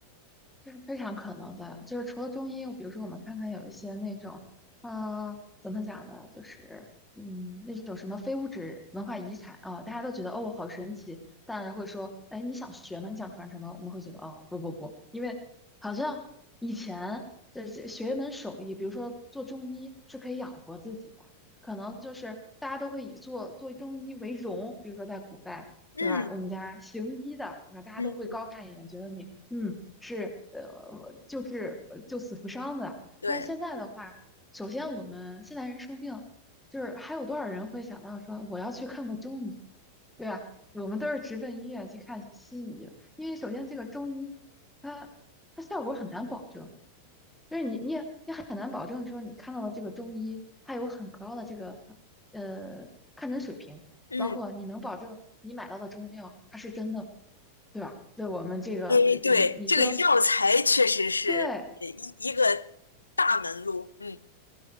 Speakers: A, in the centre; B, on the left (about 80°).
A: 这是非常可能的，就是除了中医，比如说我们看看有一些那种，啊、怎么讲呢，就是嗯，那种什么非物质文化遗产啊、大家都觉得哦好神奇，当然会说，哎，你想学吗？你想传承吗？我们会觉得哦不不不，因为好像以前这这学一门手艺，比如说做中医是可以养活自己的，可能就是大家都会以做做中医为荣，比如说在古代。
B: 嗯
A: 对吧？我们家行医的，对吧？大家都会高看一眼，
B: 嗯，
A: 觉得你嗯，是呃，救治救死扶伤的。
B: 对，
A: 但是现在的话，首先我们现代人生病，就是还有多少人会想到说我要去看个中医，对啊，我们都是直奔医院去看西医的因为首先这个中医，它它效果很难保证，就是你你也也很难保证说你看到的这个中医，它有很高的这个呃看诊水平，
B: 嗯，
A: 包括你能保证你买到的中药它是真的吗，对吧？对我们这个呃你你说
B: 哎，对，这个药材确实是呃一一个大门路，
A: 对，
B: 嗯，